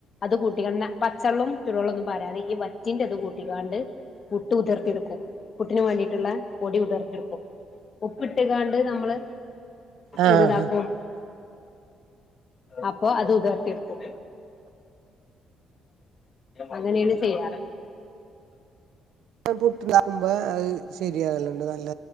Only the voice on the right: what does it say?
ആഹ്
പുട്ട്ണ്ടാക്കുമ്പോ അത് ശരിയാകല്ലുണ്ട് നല്ല